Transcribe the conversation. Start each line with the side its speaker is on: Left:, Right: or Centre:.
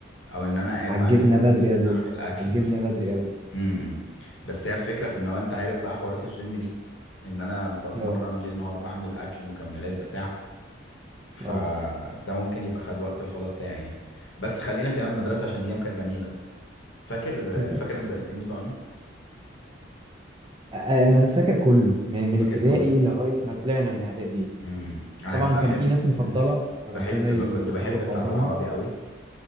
Left: او ان انا قاعد
Right: عجزنا
Left: بعمل
Right: بدري يا زوز
Left: بعمل اكل
Right: عجزنا
Left: مثلا
Right: بدري قوي
Left: امم إمم. بس هي الفكره في ان هو انت عارف بقى حوارات الجيم دي ان انا بتمرن
Right: اه
Left: ليل نهار بعمل اكل مكملات بتاع فده
Right: اه
Left: ممكن يبقى خد وقت الفاضي بتاعي يعني بس خلينا في ايام المدرسه عشان دي ايام كانت جميله فاكر
Right: <laughs>
Left: فاكر المدرسين بتوعنا
Right: انا فاكر كله من من
Left: فاكر
Right: ابتدائي
Left: كله
Right: لغايه ما طلعنا من اعدادي
Left: امم انا
Right: طبعا كان
Left: بحب
Right: في ناس مفضله ربنا
Left: بحب
Right: ي-
Left: ب- كنت
Right: يطول
Left: بحب
Right: في
Left: بتاعه
Right: عمرهم
Left: العربي قوي